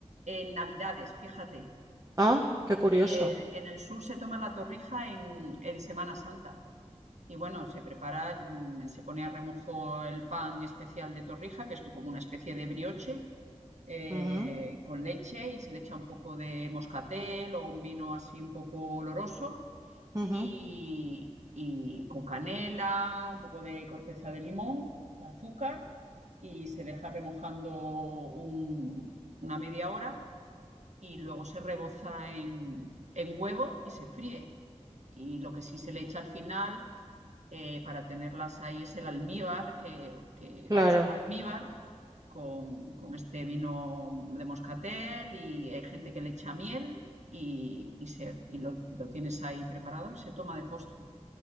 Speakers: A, on the right (about 70°); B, on the right (about 30°).
A: en Navidades, fíjate,
B: Ah, qué curioso.
A: y en, en el sur se toma la torrija en, en Semana Santa. Y bueno, se prepara, mm, se pone a remojo el pan especial de torrija, que es como una especie de brioche, eh,
B: Ujú,
A: con leche y se le echa un poco de moscatel o un vino así un poco oloroso
B: ujú,
A: y, y con canela, un poco de corteza de limón, azúcar y se deja remojando un- una media hora y luego se reboza en, en huevo y se fríe. Y lo que sí se le echa al final eh, para tenerlas ahí es el almíbar, que, que
B: claro.
A: haces un almíbar con, con este vino de moscatel y hay gente que le echa miel y, y se, y lo, lo tienes ahí preparado y se toma de postre.